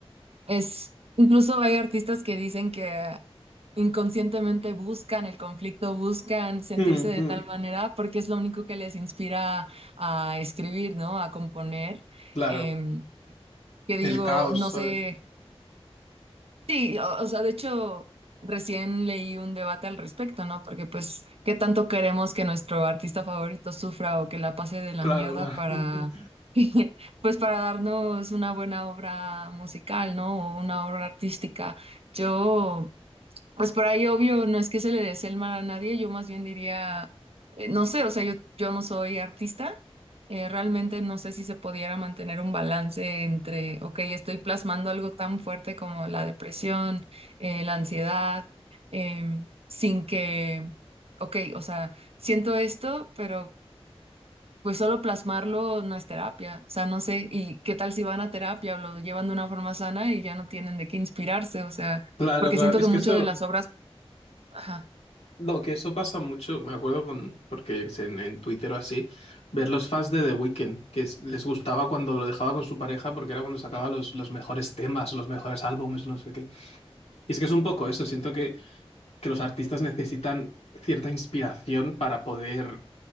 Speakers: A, on the right; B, on the left.
A: Es, incluso hay artistas que dicen que inconscientemente buscan el conflicto, buscan sentirse
B: Mm,
A: de
B: mm,
A: tal manera porque es lo único que les inspira a escribir, ¿no? A componer.
B: claro,
A: Em, que digo,
B: el caos,
A: no
B: ¿sabes?
A: sé. Sí, o, o sea, de hecho, recién leí un debate al respecto, ¿no? Porque pues, ¿qué tanto queremos que nuestro artista favorito sufra o que la pase de la
B: Claro,
A: mierda
B: claro,
A: para,
B: <laughs>
A: <laughs> pues, para darnos una buena obra musical, ¿no? O una obra artística. Yo pues por ahí, obvio, no es que se le desee el mal a nadie, yo más bien diría, eh, no sé, o sea, yo, yo no soy artista, eh, realmente no sé si se pudiera mantener un balance entre, ok, estoy plasmando algo tan fuerte como la depresión, eh, la ansiedad, em, sin que, ok, o sea, siento esto, pero pues solo plasmarlo no es terapia, o sea, no sé, y qué tal si van a terapia o lo llevan de una forma sana y ya no tienen de qué inspirarse, o sea,
B: claro,
A: porque
B: claro.
A: siento
B: Es
A: que
B: que
A: muchas
B: eso...
A: de las obras... Ajá.
B: No, que eso pasa mucho, me acuerdo con, porque yo qué sé, en, en Twitter o así, ver los fans de The Weeknd, que es- les gustaba cuando lo dejaba con su pareja porque era cuando sacaba los, los mejores temas, los mejores álbumes, no sé qué. Y es que es un poco eso, siento que, que los artistas necesitan cierta inspiración para poder,